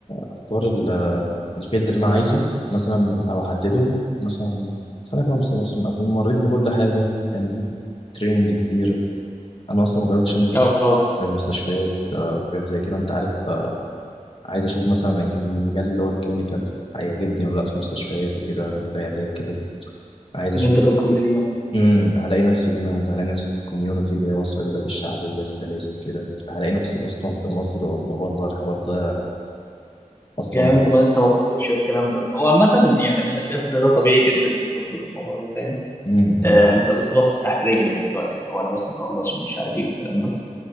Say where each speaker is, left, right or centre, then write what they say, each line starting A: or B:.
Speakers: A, on the left; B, on the left.
A: اختار ال... الفيلد اللي انا عايزه مثلا او احدده مثلا سنه خمسه مثلا اكون مريت بكل حاجه تنزيل تريننج كتير انا اصلا ما جربتش انزل
B: اه آه،
A: في مستشفيات آه، وحاجات زي كده انت عارف آه، عايز اشوف مثلا المجال اللي هو الكلينيكال هيعجبني ولا لا في مستشفيات وكده العيادات كده عايز اشوف
B: ان انت تدخل فيه يعني.
A: امم هلاقي نفسي هنا ولا هلاقي نفسي في الكوميونتي اللي هي الصيدليات الشعبيه السلاسل كده هلاقي نفسي اصلا في مصر ولا بره الحوار ده اصلا
B: يعني انتوا ما لسه ما بصيتش الكلام ده هو عامة يعني انا شايف ان ده طبيعي جدا انت المفروض الموضوع ده فاهم
A: امم
B: آه انت بس باصص تحت رجلك دلوقتي لو انا بس اخلص ومش عارف ايه والكلام ده